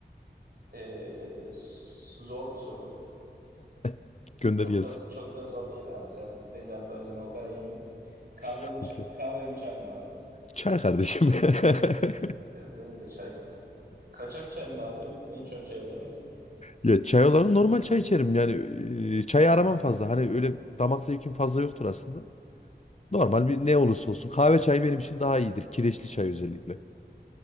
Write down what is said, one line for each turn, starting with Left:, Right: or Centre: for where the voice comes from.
Right: E, s- zor bir soru.
Left: <laughs> gönder
Right: Çok
Left: gelsin.
Right: da çok da zor değil abi. Sen ne cevap vereceğine o kadar eminim ki. Kahve
Left: Sıkıntı
Right: mi, çay-
Left: yok.
Right: kahve mi çay mı abi?
Left: Çay kardeşim. <laughs>
Right: E, Benim de çay. Kaçak çay mı abi? Ne içiyorsun çay olarak?
Left: Ya çay olarak normal çay içerim yani e, çayı aramam fazla hani öyle damak zevkim fazla yoktur aslında. Normal bir ne olursa olsun kahve çayı benim için daha iyidir kireçli çay özellikle.